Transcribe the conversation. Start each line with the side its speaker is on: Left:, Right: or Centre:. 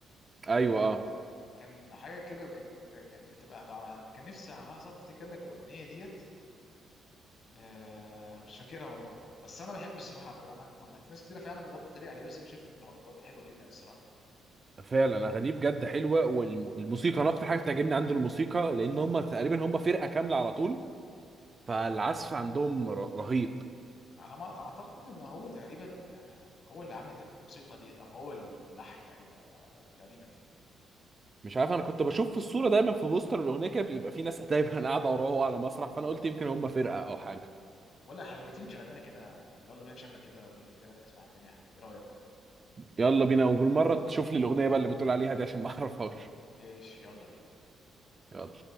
Right: ايوه اه
Left: كان حاجه كده كانت كانت بتبقى طبعا انا كان نفسي عايز افتكر لك الاغنيه ديت آه مش فاكرها والله بس انا بحب الصراحه عبد الرحمن محمد ناس كتير فعلا بتقعد تتريق عليه بس انا شايف إن الواد حلو جدا الصراحه
Right: فعلا اغانيه بجد حلوة والموسيقى انا اكتر حاجة بتعجبني عنده الموسيقى لان هم تقريبا
Left: مم.
Right: هم فرقة كاملة على طول فالعزف عندهم ر- رهيب
Left: على ما اعتقد ان هو تقريبا آه، هو اللي عامل الموسيقى ديت او هو الملحن تقريبا أو- تقريبا يعني
Right: مش عارف انا كنت بشوف في الصورة دايما في بوستر الاغنية كده بيبقى في ناس دايما <laughs> قاعدة وراه على مسرح
Left: مم.
Right: فانا قلت يمكن هم فرقة او حاجة
Left: ولا حاجه ما تيجي تشغل لنا كده يلا بينا نشغل كده اغنيتين ثلاثه نسمع الدنيا ايه رايك
Right: يلا بينا وبالمرة تشوف لي الاغنية بقى اللي بتقول عليها دي عشان ما اعرفهاش
Left: ايش يلا بينا
Right: يلا